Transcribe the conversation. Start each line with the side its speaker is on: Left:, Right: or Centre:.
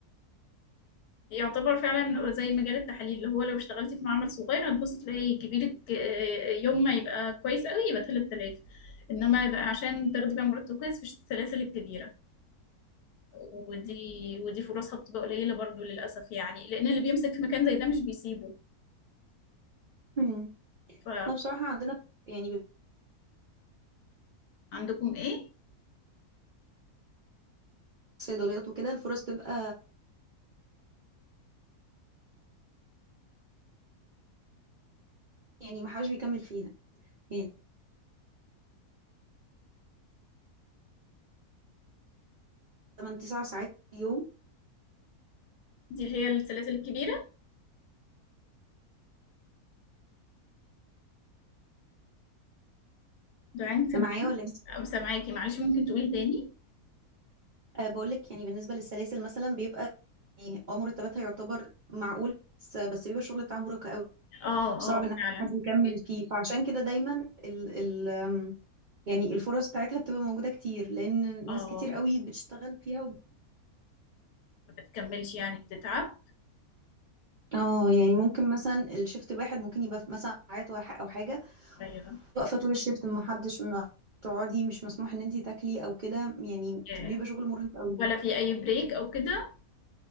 Left: يعتبر فعلا زي مجال التحاليل اللي هو لو اشتغلتي في معمل صغير هتبص تلاقي كبيرك آه، يوم ما يبقى كويس قوي يبقى 3000 انما ده عشان تاخدي بقى مرتب كويس في السلاسل الكبيره ودي ودي فرصها بتبقى قليله برضو للاسف يعني لان اللي بيمسك في مكان زي ده مش بيسيبه
Right: امم
Left: ف...
Right: لا بصراحة عندنا يعني
Left: فعندكم ايه
Right: صيدليات وكده الفرص تبقى يعني ما حدش بيكمل فيها يعني 8 9 ساعات في اليوم
Left: دي اللي هي السلاسل الكبيره دعاء انت سامعاكي
Right: أنا معايا ولا إيه؟
Left: سامعاكي معلش ممكن تقولي تاني
Right: أه بقول لك يعني بالنسبة للسلاسل مثلا بيبقى يعني اه مرتباتها يعتبر معقول بس بس بيبقى الشغل بتاعها مرهق قوي
Left: اه
Right: صعب
Left: اه
Right: ان
Left: فعلا
Right: حد يكمل فيه فعشان كده دايما ال يعني الفرص بتاعتها بتبقى موجودة كتير لأن
Left: اه
Right: ناس كتير قوي بتشتغل فيها و...
Left: ما بتكملش يعني بتتعب
Right: اه يعني ممكن مثلا الشفت الواحد ممكن يبقى في مثلا ساعات وح- أو حاجة
Left: ايوه
Right: واقفة طول الشفت ما حدش ما تقعدي مش مسموح ان انتي تاكلي او كده يعني
Left: yeah.
Right: بيبقى شغل مرهق قوي
Left: ولا في اي بريك او كده